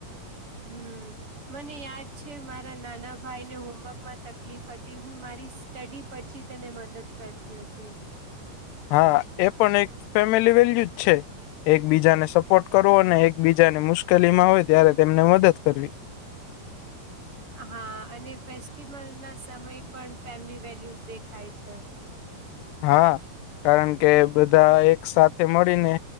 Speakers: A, on the right; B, on the left.
A: હમ. મને યાદ છે મારા નાના ભાઈને હોમવર્ક માં તકલીફ હતી. હું મારી સ્ટડી પછી તેને મદદ કરતી હતી.
B: હા એ પણ એક ફેમિલી વેલ્યુ જ છે. એકબીજાને સપોર્ટ કરવો અને એકબીજાને મુશ્કેલી માં હોય ત્યારે તેમને મદદ કરવી.
A: હા અને ફેસ્ટિવલના સમય પણ ફેમિલી વેલ્યુઝ દેખાય છે.
B: હા. કારણ કે બધા એક સાથે મળીને